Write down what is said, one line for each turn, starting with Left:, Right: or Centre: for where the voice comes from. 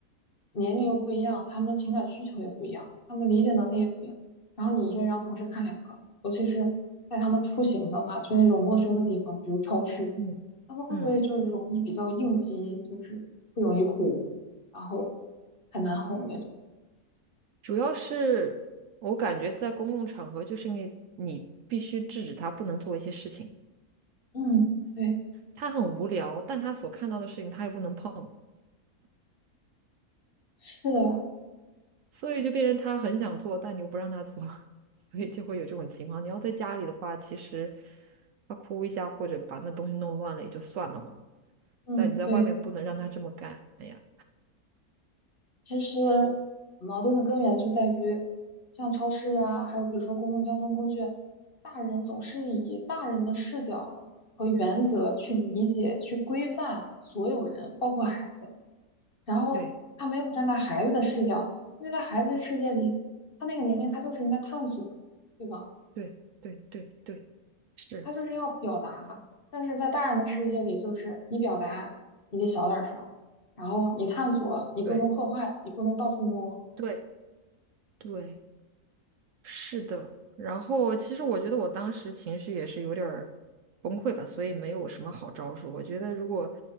Left: 年龄又不一样，他们的情感需求也不一样，他们的理解能力也不一样，然后你一个人要同时看两个，尤其是带他们出行的话，去那种陌生的地方，比如超市，
Right: 嗯，
Left: 他们会不会就是容易比较应激，
Right: 嗯，
Left: 就是会容易哭，然后很难哄那种？
Right: 主要是我感觉在公共场合，就是因为你必须制止他不能做一些事情，
Left: 嗯，对，
Right: 他很无聊，但他所看到的事情他又不能碰，
Left: 是的，
Right: 所以就变成他很想做，但你又不让他做，<laughs> 所以就会有这种情况。你要在家里的话，其实他哭一下或者把那东西弄乱了也就算了嘛，
Left: 嗯，
Right: 但你在外面不能让他这么干呀。
Left: 对。其实矛盾的根源就在于，像超市啊，还有比如说公共交通工具，大人总是以大人的视角和原则去理解、去规范所有人，包括孩子。然后他没有站在孩子的视角，
Right: 对
Left: 因为在孩子的世界里，他那个年龄他就是应该探索，对吧？
Right: 对对对对，是，
Left: 他就是要表达，但是在大人的世界里，就是你表达你得小点儿声，然后你探索，你不能破坏，
Right: 对
Left: 你不能到处摸。
Right: 对对。是的，然后其实我觉得我当时情绪也是有点儿崩溃吧，所以没有什么好招数。我觉得如果，